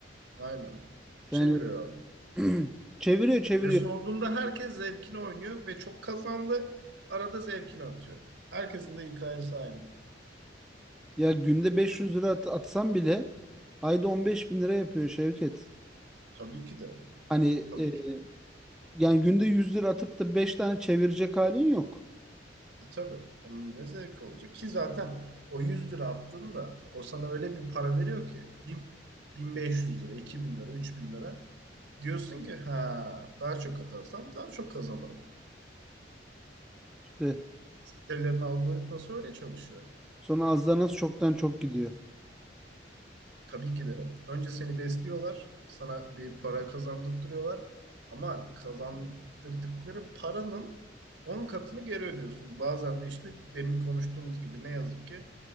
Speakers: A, on the right; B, in the centre.
A: Aynen. Çeviriyor
B: Yani
A: abi.
B: <clears throat> çeviriyor çeviriyor.
A: Ve sorduğunda herkes zevkini oynuyor ve çok kazandı. Arada zevkini atıyor. Herkesin de hikayesi aynı.
B: Ya günde 500 lira at- atsam bile ayda 15 bin lira yapıyor Şevket.
A: Tabii ki de.
B: Hani
A: Tabii
B: e, yani günde 100 lira atıp da 5 tane çevirecek halin yok.
A: E, tabii. Onun ne zevki olacak ki zaten o 100 lira attığında o sana öyle bir para veriyor ki bin- 1500 lira, 2000 lira, 3000 lira diyorsun ki ha daha çok atarsam daha çok kazanırım.
B: İşte
A: Sitelerin algoritması öyle çalışıyor.
B: Sonra azdan az çoktan çok gidiyor.
A: Tabii ki de önce seni besliyorlar, sana bir para kazandırtıyorlar ama kazandırdıkları paranın 10 katını geri ödüyorsun. Bazen de işte demin konuştuğumuz gibi ne yazık ki